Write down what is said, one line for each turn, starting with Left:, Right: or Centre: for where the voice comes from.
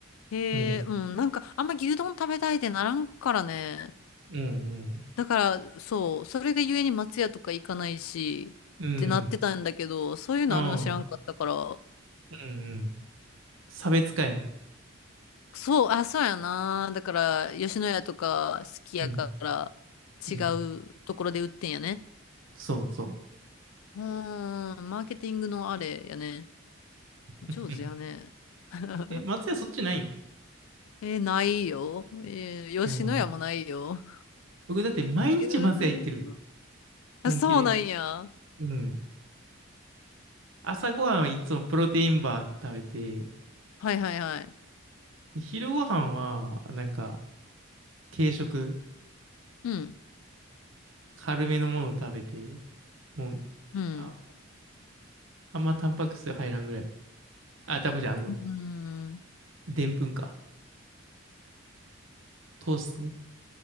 Left: へえ、
Right: も
Left: うん。なんか、あんま牛丼食べたいってならんからね。
Right: う、うん、
Left: だから、そう、それでゆえに松屋とか行かないし、
Right: うん、うん、
Left: ってなってたんだけど、そういうのあるの知らんかったから、
Right: うん、うん、うん。差別化やね。
Left: そう、あ、そうやな。だから、吉野家とか好きやから、
Right: うん、うん。
Left: 違うところで売ってんやね。
Right: そう、そ
Left: うーん、マーケティングのあれやね。上手やね。
Right: う。うん。
Left: <laughs>
Right: え、松屋そっちないんい
Left: えないよ。えー吉野家もないよ。
Right: や、もう、僕だって毎日松屋行ってる。
Left: えーあそうなんや。
Right: 本気で。うん。朝ごはんはいつもプロテインバー食べて、
Left: はいはいはい。
Right: で昼ごはんは、なんか、軽食、
Left: うん。
Right: 軽めのものを食べて、もう、
Left: うん。
Right: あ、あんまタンパク質入らんぐらい。あ、タンパク質じゃあの、
Left: うん。
Right: でんぷんか。糖質ね。